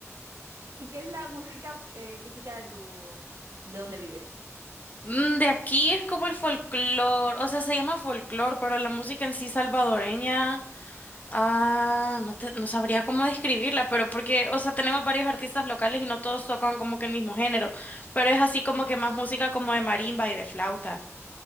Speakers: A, on the right (about 80°); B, on the left (about 30°).
A: ¿Y qué es la música eh, típica de tu, de donde vives?
B: Mm, De aquí es como el folclore, o sea, se llama folclore, pero la música en sí salvadoreña, ah, no te- no sabría cómo describirla, pero porque, o sea, tenemos varios artistas locales y no todos tocan como que el mismo género, pero es así como que más música como de marimba y de flauta.